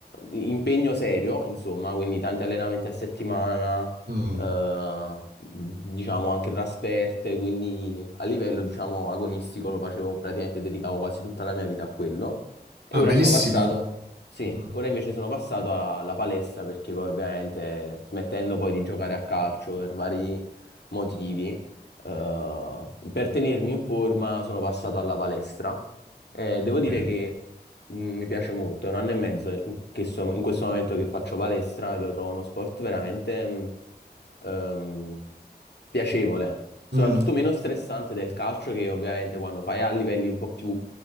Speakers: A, on the left; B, on the right.
A: eh, impegno serio, insomma, quindi tanti allenamenti a settimana,
B: Mm.
A: eh, diciamo anche trasferte, quindi a livello, diciamo, agonistico lo facevo praticamente, dedicavo quasi tutta la mia vita a quello. E
B: ah
A: ora
B: bellissimo.
A: sono passato sì,
B: Mhm.
A: ora invece sono passato alla, alla palestra perché poi ovviamente smettendo poi di giocare a calcio per vari motivi, eh, per tenermi in forma sono passato alla palestra. Eh, devo
B: Ok.
A: dire che mh, mi piace molto, è un anno e mezzo in, che so- in questo momento che faccio palestra e lo trovo uno sport veramente mh, ehm, piacevole, soprattutto
B: Mm.
A: meno stressante del calcio che ovviamente quando fai a livelli un po' più,